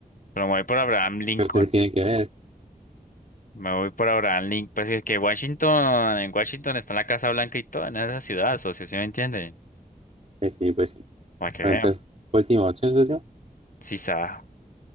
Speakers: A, on the left; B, on the right.
A: Pero me voy por Abraham Lincoln.
B: Pero eso qué tiene que ver.
A: ¿eh? Me voy por Abraham Lincoln. Pues es que Washington, en Washington está la Casa Blanca y todo, en esa ciudad, socio, ¿sí me entiende?
B: Pues sí, pues sí.
A: Para que
B: Bueno,
A: vean.
B: entonces, última opción, socio.
A: Sí, sabe.